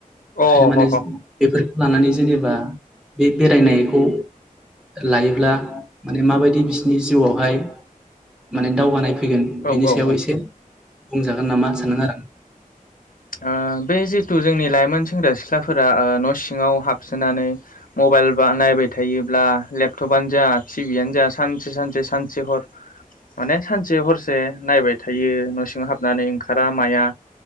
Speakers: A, on the left; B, in the centre.
A: अ
B: ओंखायनो माने
A: ह ह
B: बेफोर लानानै जेनेबा बे बेरायनायखौ लायोब्ला माने माबायदि बिसिनि जिउआवहाय माने दावगानाय फैगोन
A: औ
B: बिनि सायाव
A: औ
B: एसे बुंजागोन नामा सानदों आरो आं।
A: ओ बे जिथु जोंनि लाइमोन सेंग्रा सिख्लाफोरा न' सिङाव हाबसोनानै मबाइल बा नायबाय थायोब्ला लेपटपनो जा टिभियानो जा सानसे सानसे सानसे हर माने सानसे हरसे नायबाय थायो न' सिङाव हाबनानै ओंखारा माया